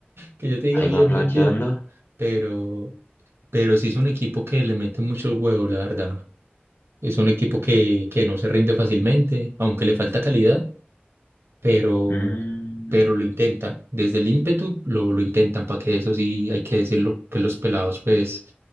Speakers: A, on the right; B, on the left.
A: Que yo te diga
B: ahí
A: bien,
B: va flaqueando.
A: bien, bien. Pero, pero sí es un equipo que le mete mucho huevo, la verdad. Es un equipo que, que no se rinde fácilmente, aunque le falta calidad pero,
B: Mm,
A: pero lo intentan. Desde el ímpetu lo, lo intentan, para que eso sí hay que decirlo, que los pelados pues